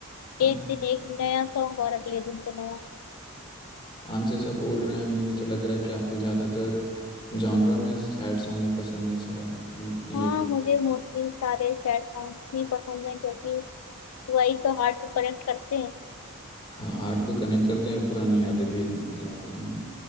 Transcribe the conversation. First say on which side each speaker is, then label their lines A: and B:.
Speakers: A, on the left; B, on the left.
A: हाँ
B: एक दिन एक नया सॉन्ग और अगले दिन तो नया
A: आप जैसा बोल रहे हैं मुझे तो लग रहा है कि आपको ज़्यादातर जॉनरा में सैड सॉन्ग ही पसंद है शायद ये
B: हाँ मुझे मोस्टली सारे सैड सॉन्ग्स ही पसंद है क्योंकि वही तो हार्ट को कनेक्ट करते हैं
A: हाँ हार्ट को कनेक्ट करते हैं पुरानी यादें भी लाते हैं